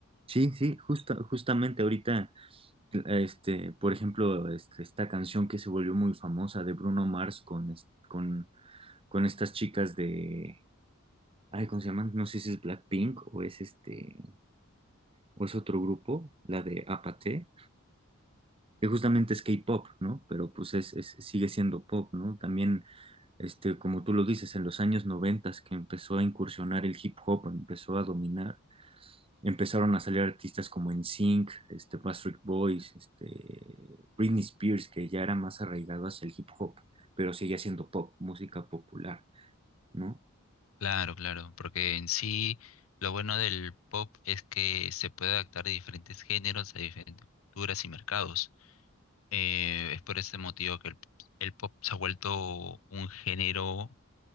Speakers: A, on the right; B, on the left.
A: Sí, sí, justa, justamente ahorita Este, por ejemplo, este, esta canción que se volvió muy famosa de Bruno Mars con, es- con, con estas chicas de, ay, ¿cómo se llaman? No sé si es Blackpink o es este, o es otro grupo, la de Apathy, que justamente es K-pop, ¿no? Pero pues es, es- sigue siendo pop, ¿no? También, este, como tú lo dices, en los años noventas que empezó a incursionar el hip hop, empezó a dominar empezaron a salir artistas como NSYNC, este, Backstreet Boys, este, Britney Spears, que ya era más arraigado hacia el hip hop, pero seguía siendo pop, música popular, ¿no?
B: Claro, claro, porque en sí lo bueno del pop es que se puede adaptar a diferentes géneros, a diferentes culturas y mercados. Eh, es por este motivo que el, el pop se ha vuelto un género